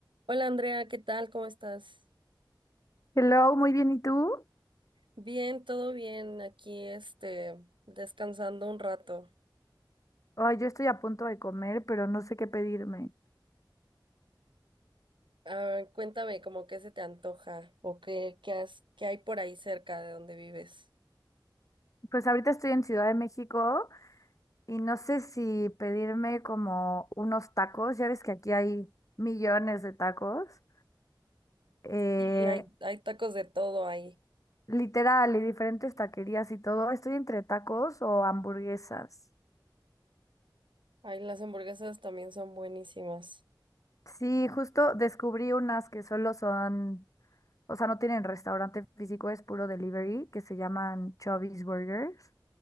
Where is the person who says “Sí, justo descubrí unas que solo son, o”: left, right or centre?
Left